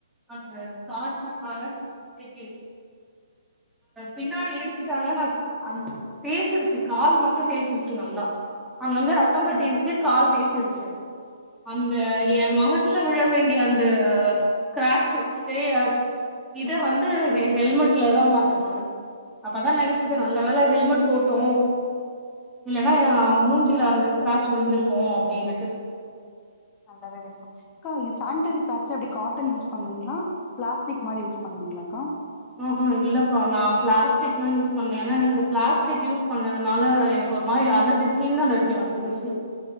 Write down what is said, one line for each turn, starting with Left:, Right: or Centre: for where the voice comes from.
Centre: அந்த <inaudible> மேல மிஸ்டேக்கே பின்னாடி இடிச்சிட்டாங்க நா அ தேச்சிருச்சு கால் மட்டு தேச்சிருச்சு நல்லா அங்க அங்க ரத்த கட்டிருச்சு கால் தேச்சிருச்சு அந்த எ முகத் துல விழ வேண்டிய அந்த ஸ்கிராட்ச்சு தே அ இத வந்து ஹெ ஹெல்மெட்லதா பாத்த நானு அப்பதா நெனைச்சுது நல்லவேள ஹெல்மெட் போட்டோ இல்லனா மூஞ்சில அந்த ஸ்கிராட்ச் விழுந்திருக்கு அப்டினுட்டு
Left: நல்ல வேலக்கா க்கா நீங்க சானிட்டரி பேட்ஸ்லா எப்படி காட்டன் யூஸ் பண்ணுவிங்ளா பிளாஸ்டிக் மாரி யூஸ் பண்ணுவிங்ளாக்கா
Centre: ஊஹு இல்லக்கா நா பிளாஸ்டிக்லா யூஸ் பண்ல ஏனா எனக்கு பிளாஸ்டிக் யூஸ் பண்ணதுனால எனக்கு ஒரு மாரி அலர்ஜி ஸ்கின் அலர்ஜி வந்துருச்சு